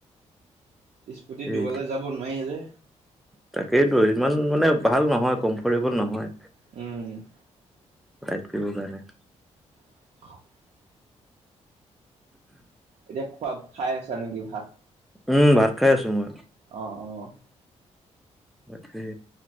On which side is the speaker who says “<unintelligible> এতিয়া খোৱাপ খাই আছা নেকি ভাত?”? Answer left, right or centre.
Right